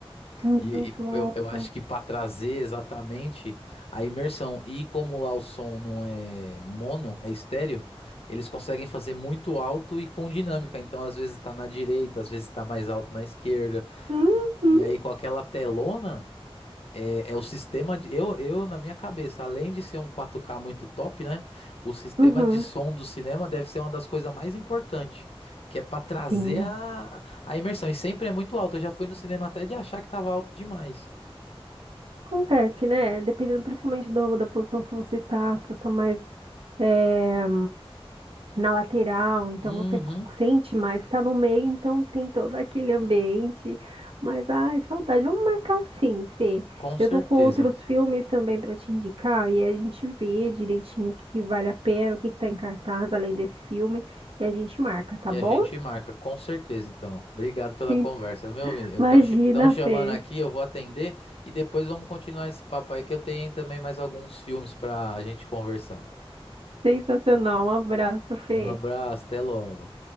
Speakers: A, on the right; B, on the left.
A: Muito
B: E, e eu,
A: alto.
B: eu acho que para trazer exatamente a imersão, e como lá o som não é mono, é estéreo, eles conseguem fazer muito alto e com dinâmica. Então, às vezes está na direita, às vezes está mais alto na esquerda.
A: Uhum,
B: E, e aí, com aquela telona. É, é o sistema de. Eu, eu, na minha cabeça, além de ser um 4K muito top, né? O sistema
A: uhum.
B: de som do cinema deve ser uma das coisas mais importantes, que é pra trazer
A: Sim.
B: a, a imersão. E sempre é muito alto. Eu já fui no cinema até de achar que tava alto demais.
A: Acontece, né? Dependendo principalmente do, da posição que você tá, se você tá mais é, na lateral, então
B: Uhum,
A: você sente mais, tá no meio, então tem todo aquele ambiente. Mas, ai, saudade. Vamos marcar sim, Fê.
B: com
A: Eu
B: certeza.
A: tô com outros filmes também pra te indicar, e aí a gente vê direitinho o que, que vale a pena, o que, que tá em cartaz além desse filme, e a gente marca, tá
B: E
A: bom?
B: a gente marca, com certeza, então. Obrigado pela
A: Sim.
B: conversa, meu amigo.
A: Imagina,
B: Estão chamando
A: Fê.
B: aqui, eu vou atender e depois vamos continuar esse papo aí, que eu tenho também mais alguns filmes pra gente conversar.
A: Sensacional. Um abraço, Fê.
B: Um abraço, até logo.